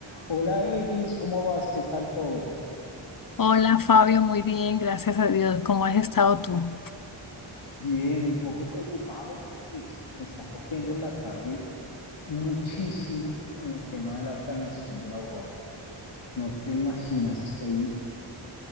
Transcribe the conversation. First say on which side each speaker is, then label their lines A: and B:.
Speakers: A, on the left (about 70°); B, on the left (about 45°).
A: Hola Eglis, ¿cómo vas? ¿Qué tal todo?
B: Hola Fabio, muy bien, gracias a Dios. ¿Cómo has estado tú?
A: Bien, un poco preocupado porque me está cogiendo la tarde muchísimo con el tema de la planeación de la boda. No te imaginas, estoy